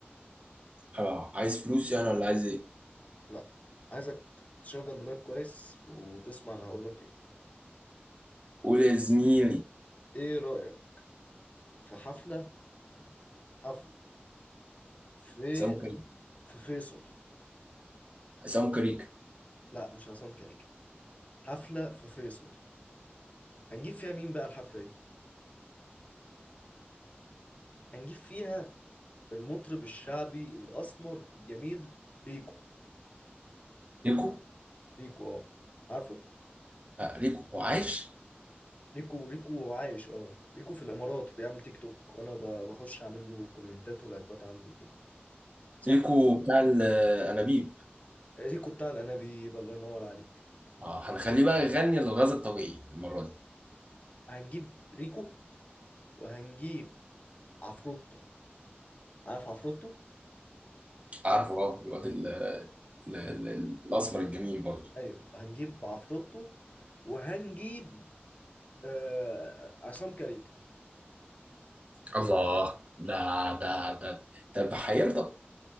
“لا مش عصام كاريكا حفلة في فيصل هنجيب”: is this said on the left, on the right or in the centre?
Left